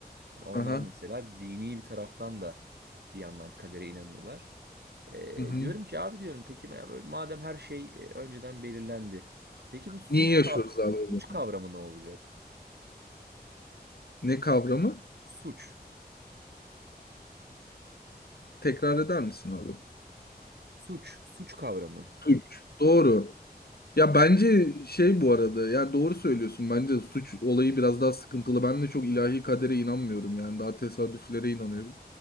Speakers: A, on the right; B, on the left.
A: yani onlar
B: Aha.
A: mesela dini bir taraftan da bir yandan kadere inanıyorlar. E,
B: Hı hı.
A: diyorum ki abi diyorum peki ya böyle madem her şey e, önceden belirlendi. Peki bu suç
B: Niye yaşıyoruz
A: kav-
B: abi o zaman?
A: suç kavramı ne olacak?
B: Ne kavramı?
A: Suç.
B: Tekrar eder misin abi?
A: Suç, suç kavramı.
B: Güç. Doğru. Ya bence şey bu arada ya doğru söylüyorsun bence suç olayı biraz daha sıkıntılı. Ben de çok ilahi kadere inanmıyorum yani daha tesadüflere inanıyorum.